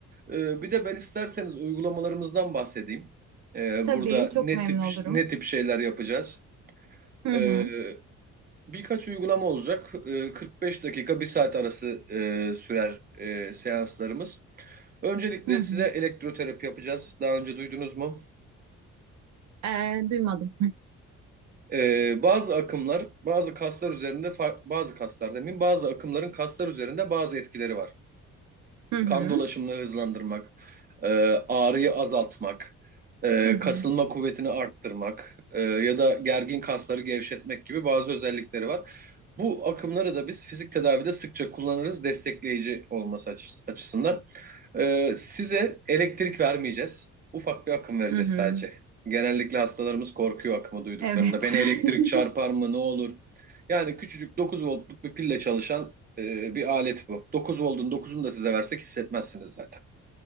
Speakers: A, on the right (about 30°); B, on the right (about 65°).
A: Ee, bir de ben isterseniz uygulamalarımızdan bahsedeyim. Ee,
B: Tabii
A: burada
B: çok
A: ne
B: memnun
A: tip
B: olurum.
A: ne tip şeyler yapacağız?
B: Hı
A: Ee,
B: hı.
A: birkaç uygulama olacak. Ee, 45 dakika bir saat arası e, sürer e, seanslarımız. Öncelikle
B: Hı hı.
A: size elektroterapi yapacağız. Daha önce duydunuz mu?
B: Ee, duymadım.
A: Ee, bazı akımlar, bazı kaslar üzerinde, far- bazı kaslar demeyeyim, bazı akımların kaslar üzerinde bazı etkileri var
B: Hı hı.
A: kan dolaşımını hızlandırmak, e, ağrıyı azaltmak, e,
B: Hı hı.
A: kasılma kuvvetini arttırmak e, ya da gergin kasları gevşetmek gibi bazı özellikleri var. Bu akımları da biz fizik tedavide sıkça kullanırız destekleyici olması açı- açısından. E, size elektrik vermeyeceğiz. Ufak bir akım vereceğiz
B: Hı hı.
A: sadece. Genellikle hastalarımız korkuyor akımı duyduklarında.
B: Evet.
A: Beni
B: <laughs>
A: elektrik çarpar mı, ne olur? Yani küçücük 9 voltluk bir pille çalışan e, bir alet bu. dokuz voltun 9'unu da size versek hissetmezsiniz zaten.